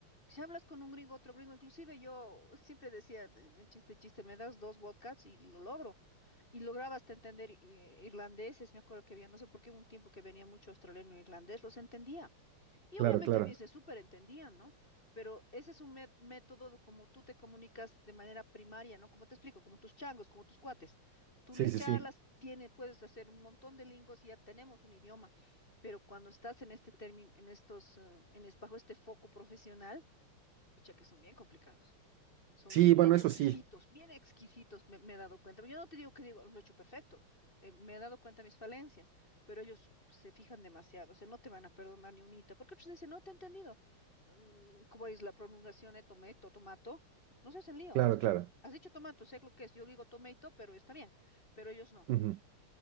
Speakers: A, on the left (about 25°); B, on the right (about 70°).
A: si hablas con un gringo, otro gringo, inclusive yo siempre decía, el chiste, chiste, me das dos vodkas y lo logro. Y lograbaste entender eh, irlandeses, me acuerdo que había, no sé por qué, un tiempo que venía mucho australiano e irlandés, los entendía. Y
B: Claro,
A: obviamente
B: claro.
A: a mí se súper entendían, ¿no? Pero ese es un mé- método como tú te comunicas de manera primaria, ¿no? Como te explico, como tus changos, como tus cuates. Tú
B: Sí,
A: les charlas,
B: sí, sí.
A: tiene, puedes hacer un montón de lingos y ya tenemos un idioma. Pero cuando estás en este término, en estos, eh, en es- bajo este foco profesional, escucha que son bien complicados. Son
B: Sí,
A: bien
B: bueno,
A: exquisitos,
B: eso sí,
A: bien exquisitos, me, me he dado cuenta. Yo no te digo que digo, lo he hecho perfecto, eh, me he dado cuenta de mis falencias, pero ellos se fijan demasiado, o sea, no te van a perdonar ni unita, porque otros dicen, no te he entendido. Mm, ¿Cómo es la pronunciación de tomato, tomato? No se hacen lío,
B: claro,
A: o sea,
B: claro.
A: has dicho tomato, sé lo que es, yo digo tomato, pero está bien, pero ellos no.
B: Ujú.